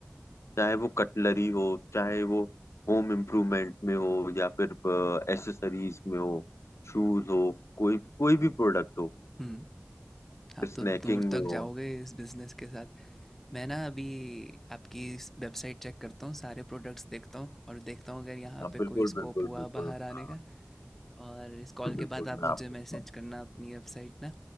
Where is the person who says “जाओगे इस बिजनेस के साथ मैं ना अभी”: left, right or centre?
Centre